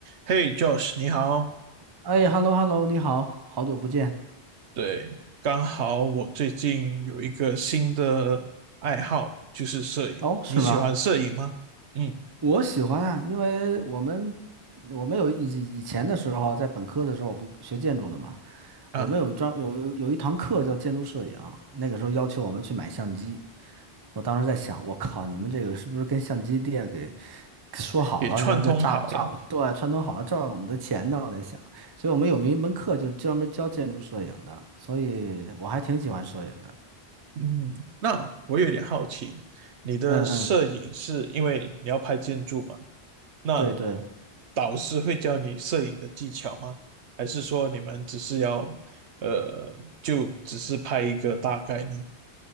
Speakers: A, on the right; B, on the right.
A: 嘿，Josh，你好。
B: 哎，hello hello，你好，好久不见。
A: 对，刚好我最近有一个新的爱好，就是摄影。
B: 哦，是吗？
A: 你喜欢摄影吗？嗯，
B: 我喜欢啊，因为我们我们有以以前的时候啊，在本科的时候，我不学建筑的嘛，
A: 啊，
B: 我们有一张有有一堂课叫建筑摄影，那个时候要求我们去买相机。我当时在想，我靠，你们这个是不是跟相机店给说好了要要诈诈对串通好了诈我们的钱呢？
A: 也串通好了。
B: 我在想，所以我们有一门课就专门教建筑摄影的，所以我还挺喜欢摄影的。
A: 嗯，那我有点好奇，你的摄影是因为你要拍建筑吗？
B: 嗯嗯，
A: 那
B: 对对。
A: 导师会教你摄影的技巧吗？还是说你们只是要，呃，就只是拍一个大概呢？